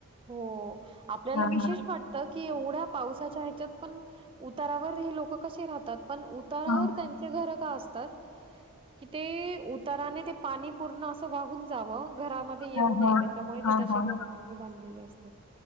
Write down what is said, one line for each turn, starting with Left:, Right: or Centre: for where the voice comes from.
Right: हो आपल्याला
Left: हां,
Right: विशेष
Left: हां.
Right: वाटत की, एवढ्या पावसाच्या ह्याच्यात पण उतारावर हे लोक कसे राहतात पण उतारावर
Left: हां,
Right: त्यांचे घरं असतात कि ते उताराने ते पाणी पूर्ण अस वाहून जावं घरामध्ये येऊ
Left: हां,
Right: नये
Left: हां.
Right: त्याच्यामुळे
Left: हां,
Right: ते तशी
Left: हां.
Right: घर त्यांनी बांधलेली असतात